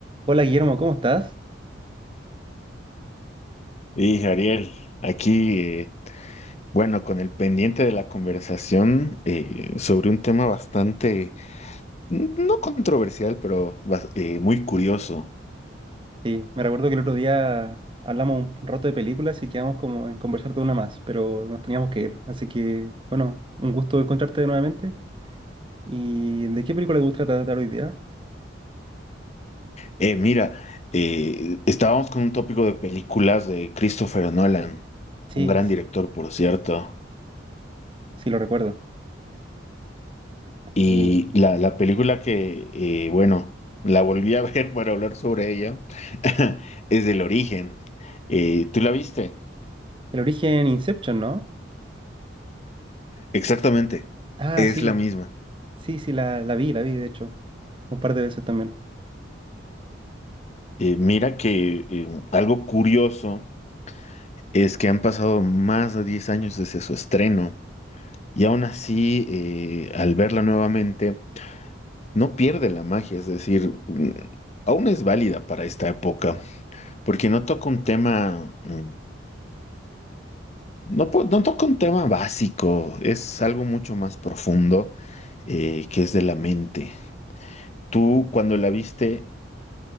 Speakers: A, on the right; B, on the left.
A: Hola Guillermo, ¿cómo estás?
B: Y Ariel, aquí, eh, bueno, con el pendiente de la conversación eh, sobre un tema bastante, n- no controversial, pero bas- eh, muy curioso.
A: Sí, me recuerdo que el otro día hablamos un rato de películas y quedamos como en conversar de una más, pero nos teníamos que ir. Así que, bueno, un gusto encontrarte nuevamente. ¿Y de qué película te gusta tratar hoy día?
B: Eh, mira, eh, estábamos con un tópico de películas de Christopher Nolan,
A: Sí,
B: un gran
A: s-
B: director, por cierto.
A: sí, lo recuerdo.
B: Y
A: Eh,
B: la, la película que, eh, bueno, la volví a <laughs> ver para hablar sobre ella, <laughs> es El Origen. Eh, ¿tú la viste?
A: el origen Inception, ¿no?
B: Exactamente,
A: Ah,
B: es
A: sí,
B: la misma.
A: sí, sí, la, la vi, la vi, de hecho, un par de veces también.
B: Eh, mira que eh, algo curioso es que han pasado más de 10 años desde su estreno y aún así eh, al verla nuevamente no pierde la magia, es decir, mm, aún es válida para esta época porque no toca un tema, mm, no, po- no toca un tema básico, es algo mucho más profundo eh, que es de la mente. Tú cuando la viste,